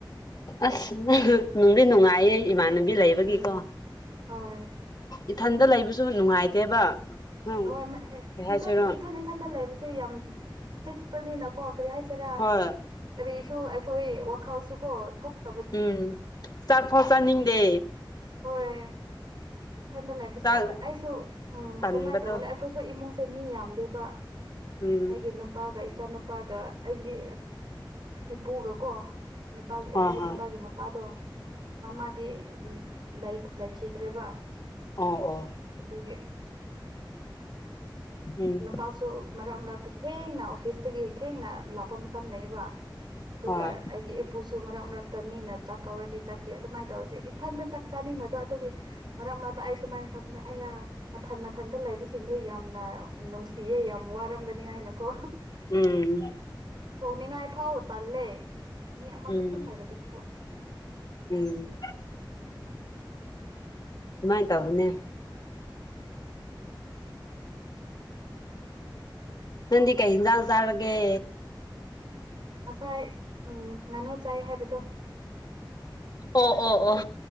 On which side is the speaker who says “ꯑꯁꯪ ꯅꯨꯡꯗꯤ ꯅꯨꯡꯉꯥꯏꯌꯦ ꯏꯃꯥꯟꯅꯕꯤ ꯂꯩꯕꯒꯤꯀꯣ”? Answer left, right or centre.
Left